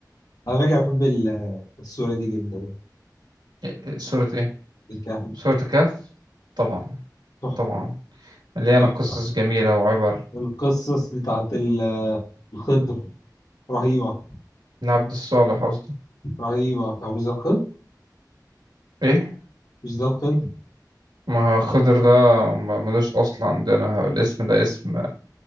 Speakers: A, on the left; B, on the right.
A: على فكرة بحب ال- الصورة دي جدا
B: إيه- إيه، سورة ايه
A: الكهف
B: سورة الكهف طبعا
A: تحفة
B: طبعا مليانة
A: تحفة
B: قصص جميلة وعبر
A: القصص بتاعت ال- آه، الخضر رهيبة
B: العبد الصالح قصدي
A: رهيبة هو مش ده الخضر؟
B: ايه
A: مش ده الخضر؟
B: ما خضر ده ما- ملوش اصل عندنا الاسم ده اسم